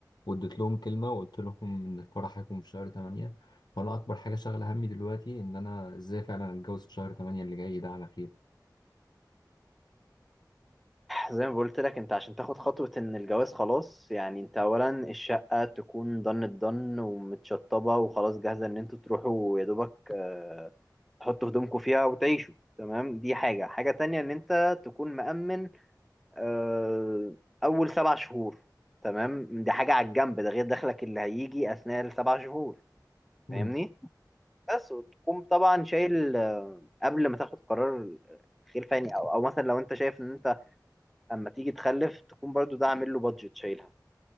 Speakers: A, on the left (about 75°); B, in the centre.
A: واديت لهم كلمه وقلت لهم ان الفرح هيكون في شهر 8 فانا اكبر حاجه شاغله همي دلوقتي ان انا ازاي فعلا اتجوز في شهر 8 اللي جاي ده على خير
B: زي ما قلت لك انت عشان تاخد خطوه ان الجواز خلاص يعني انت اولا الشقه تكون ضن الضن ومتشطبه وخلاص جاهزه ان انتوا تروحوا يا دوبك آه، تحطوا هدومكم فيها وتعيشوا تمام دي حاجه حاجه تانية ان انت تكون مأمن آه، اول سبع شهور تمام دي حاجه على الجنب ده غير دخلك اللي هيجي اثناء السبع شهور
A: مم.
B: فاهمني بس وتقوم طبعا شايل آه، قبل ما تاخد قرار خير فاني او او مثلا لو انت شايف ان انت اما تيجي تخلف تكون برضو ده عامل له بادجت شايلها